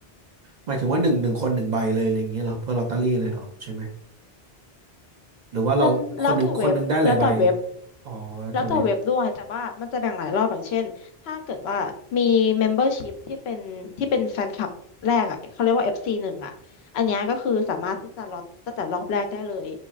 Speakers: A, on the right (about 55°); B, on the left (about 80°).
A: หมายถึงว่าหนึ่งหนึ่งคนหนึ่งใบเลยอะไรอย่างเงี้ยเหรอเพื่อลอตเตอรี่เลยเหรอใช่ไหม หรือว่าเราคนหนึ่งคนหนึ่งได้หลายใบ
B: นั้นแล้วแต่เว็บแล้วแต่เว็บ
A: อ๋อแล้วแต่เว็บ
B: แล้วแต่เว็บด้วยแต่ว่ามันจะแบ่งหลายรอบอย่างเช่นถ้าเกิดว่ามี membership ที่เป็นที่เป็นแฟนคลับแรกอ่ะเขาเรียกว่า FC หนึ่งอ่ะอันเนี้ยก็คือสามารถที่จะล็อตตั้งแต่รอบแรกได้เลย